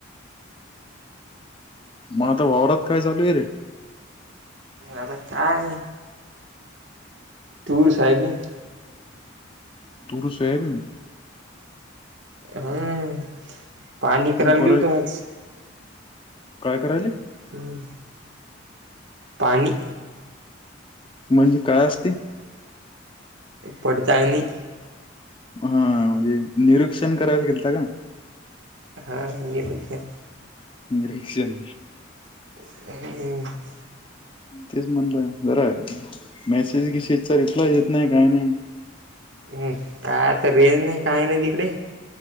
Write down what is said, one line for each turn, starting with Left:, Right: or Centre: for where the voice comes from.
Left: मग आता वावरात काय चालू हे रे?
Right: आता काय तूर, सोयाबीन.
Left: तूरं, सोयाबीन
Right: हं, पाहणी करायला
Left: बरं
Right: गेलतो आज.
Left: काय करायले?
Right: <inaudible> पाहणी
Left: म्हणजे काय असते?
Right: पडताळणी.
Left: हा म्हणजे निरीक्षण करायला गेलता का?
Right: हा निरीक्षण.
Left: निरीक्षण.
Right: <unintelligible>
Left: तेच म्हणलं जरा मेसेज गिसेजचा रिप्लाय येत नाय काय नाय.
Right: हम्म काय आता रेंज नाही काय नाही तिकडे.